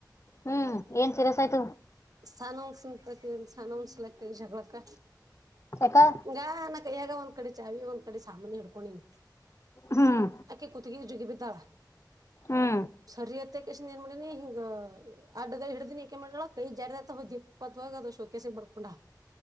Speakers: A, on the left; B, on the right.
A: ಹ್ಮ್ ಏನ್ ಸೀರಿಯಸ್ ಆಯ್ತು
B: ಸ್ನನ್ಸ ಸ್ನ ಒಂದ್ಸಲಕ್ಕ ಜಗಳಕ್ಕ
A: ಸಕಾ
B: ಹಂಗಾ ನ ಕೈಯ್ಯಾಗ ಒಂದ್ ಕಡೆ ಚಾವಿ ಒಂದ್ ಕಡೆ ಸಾಮಾನು ಹಿಡ್ಕೊಂಡನ್
A: ಹ್ಮ್
B: ಅಕ್ಕೆ ಕುತ್ಗೆ ಜುಗಿ ಬಿದ್ದಾಳ
A: ಹ್ಮ್
B: ಸರಿಯತ್ತ ಕೆಷ್ಟ್ಣ ಏನ್ ಮಾಡನಿ ಹಿಂಗ ಅಡ್ಡಗ ಹಡಿನಿಏಕ ಮಾಡಳ ಕೈ ಜಾರ ಆತ ಹ ದಿಪ್ಪತ್ ಅದು ಶೋಕೇಸಿ ಮಾಡಕೊಂಡ